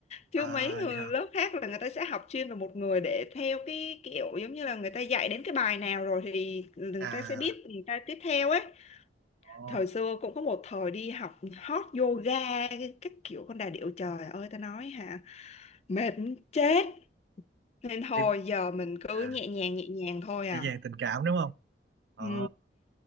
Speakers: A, on the left; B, on the right.
A: chứ
B: à
A: mấy
B: vậy
A: người
B: hả
A: lớp khác là người ta sẽ học chuyên về một người để theo cái kiểu giống như là người ta dạy đến cái bài nào rồi thì người
B: à
A: ta sẽ biết người ta tiếp theo ấy
B: ồ
A: thời xưa cũng có một thời đi học hot yoga cái- các kiểu con đà điểu trời ơi ta nói hả mệt muốn chết nên thôi
B: tiếp
A: giờ mình cứ
B: à
A: nhẹ nhàng nhẹ nhàng thôi à
B: dễ dàng tình cảm đúng không ờ
A: ừ.